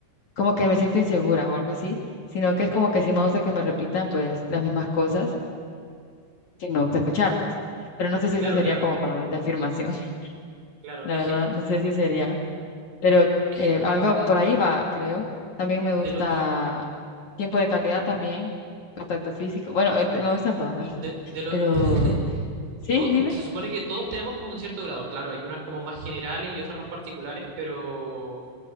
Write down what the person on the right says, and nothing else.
claro,
claro,
claro.
Es
que,
es
que
el-
de
lo que,
de, de lo,
<laughs>
to-
se supone que todos tenemos como un cierto grado. Claro, hay unas como más generales y otras más particulares, pero,